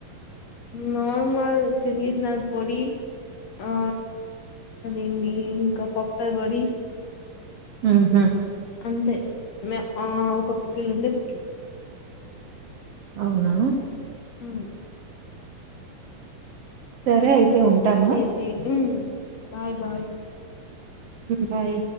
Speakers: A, on the left (about 60°); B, on the right (about 60°).
A: నార్మల్ సిరిజనాథ్ పొడి ఆ అదంది ఇంకా పప్పల పొడి
B: హ హమ్
A: అంతే మ ఆ ఒక పిక్కిలు నుండడి పిక్కి
B: అవునా
A: ఆ
B: సరే అయితే ఉంటాను
A: ఓకేతే బాయ్ బాయ్
B: బాయ్